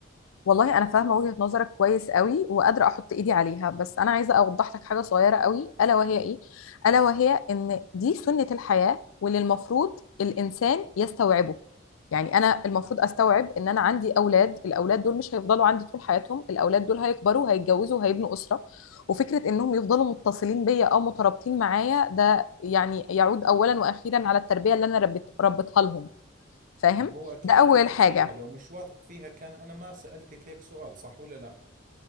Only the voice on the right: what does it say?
هو اكيد
واثق
فيها لو مش واثق فيها كان انا ما سألتك هيك سؤال صح ولا لا